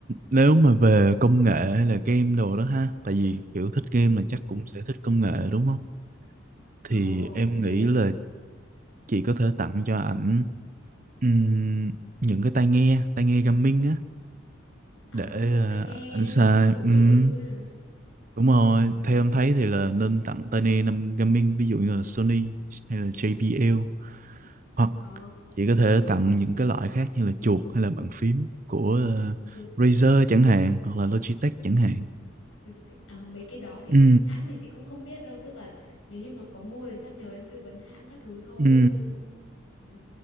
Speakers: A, on the right; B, on the left.
A: nếu mà về công nghệ hay là game đồ đó ha tại vì kiểu thích game
B: Ừ.
A: là chắc cũng sẽ thích công nghệ đúng không? thì
B: Ồ ồ,
A: em
B: mê.
A: nghĩ là chị có thể tặng cho ảnh ừm, những cái tai nghe tai nghe gaming á
B: À,
A: để ờ,
B: tai nghe
A: ảnh xài
B: bự
A: Ừm,
B: bự à?
A: đúng rồi
B: Ừ.
A: theo em thấy thì là nên tặng tai nghe năm gaming ví dụ như là Sony hay là JBL hoặc
B: Ờ,
A: chị có thể tặng những cái loại khác như là chuột hay là bàn phím của ờ,
B: chuột
A: Razer
B: vân.
A: chẳng hạn hoặc là Logitech chẳng hạn
B: Ừ. Logistics. À, mấy cái đó thì
A: ừ
B: hãng thì chị cũng không biết đâu tức là nếu như mà có mua thì chắc nhờ em tư vấn hãng các thứ thôi
A: ừ
B: chứ cũng đấy.